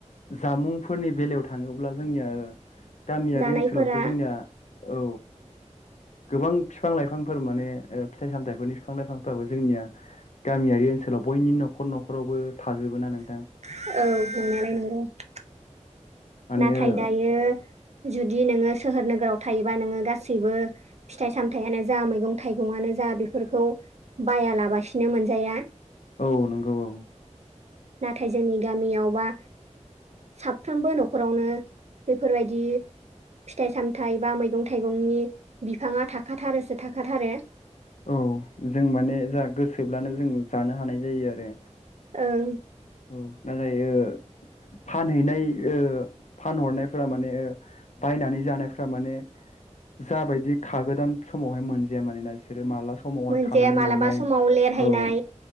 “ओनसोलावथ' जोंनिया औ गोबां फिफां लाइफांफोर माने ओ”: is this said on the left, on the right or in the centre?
Left